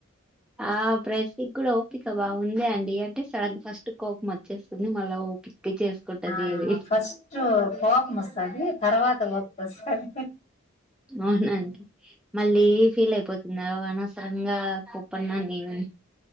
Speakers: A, in the centre; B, on the left (about 35°).
A: ఆ ప్రస్ కూడా ఓపిక బాగుంది అండి అంటే సార్ ఫస్ట్ కోపం వచ్చేస్తుంది మళ్ళా ఓపిక చేసుకుంటది
B: ఆ
A: ఏది
B: ఫస్ట్ కోపం వస్తాది తర్వాత ఓపిక వస్తది
A: అవునండి మళ్ళీ ఫీల్ అయిపోతునవ్ అనవసరంగా కుప్ప అన్నా నవ <unintelligible>